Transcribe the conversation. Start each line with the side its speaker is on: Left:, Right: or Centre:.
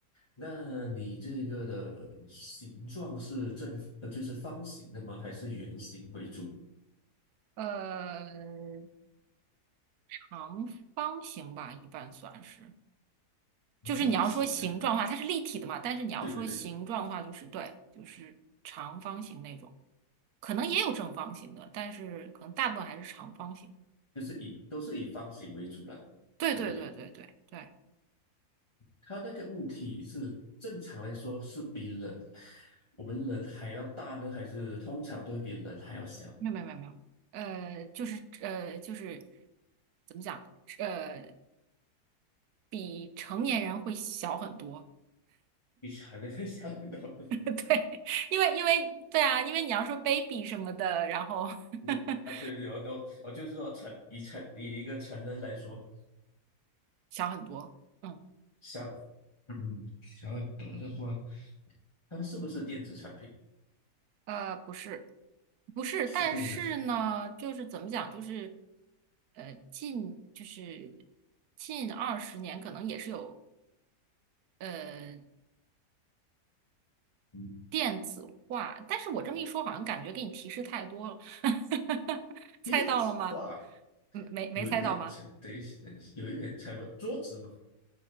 Left: 那你这个的形状是正，呃，就是方形的吗？还是圆形为主？
Right: 呃，长方形吧，一般算是。就是你要说形状的话，
Left: 方形呀、
Right: 它是立体的嘛，但是你要说形状的话，
Left: 对对对。
Right: 就是对，就是长方形那种。可能也有正方形的，但是可能大部分还是长方形。
Left: 就是以都是以方形为主了，
Right: 对对对对对对，
Left: 对不对？它那个物体是正常来说是比人，我们人还要大呢，还是通常都会比人还要小？
Right: 没有没有没有没有呃，就是呃就是怎么讲，呃，比成年人会小很多，
Left: 比成人还小很多。<laughs>
Right: <laughs> 对，因为因为对啊，因为你要说 baby 什么的，然后 <laughs>
Left: 那啊，对对，我都我就是说成以成以一个成人来说，
Right: 小很多，嗯，
Left: 小嗯小很多的话，它是不是电子产品？
Right: 呃，不是不是，
Left: 是电子产品。
Right: 但是呢，就是怎么讲，就是呃近就是近二十年可能也是有。呃。
Left: 嗯
Right: 电子化，但是我这么一说，好像感觉给你提示太多了，<laughs> 猜到了吗？
Left: 电子化
Right: 没没没猜到吗？
Left: 有一点成，等一下等一下，有一点猜不到桌子嘛。